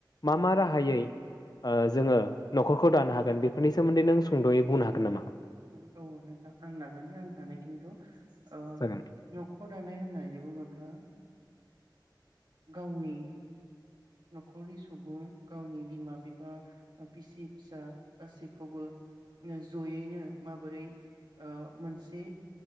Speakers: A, on the left (about 55°); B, on the right (about 65°).
A: मा मा राहायै ओ जोङो नखरखौ दानो हागोन बेफोरनि सोमोन्दै नों सुंदयै बुंनो हागोन नामा?
B: उम औ नोंथां आं नाजानि आं हानाय खिनिखौ ओ
A: जागोन
B: नखर दानाय होननानै बुङोब्ला <inaudible> गावनि न'खरनि सुबुं गावनि बिमा बिफा ओ बिसि फिसा गासैखौबो नो जयैनो माबोरै ओ मोनसे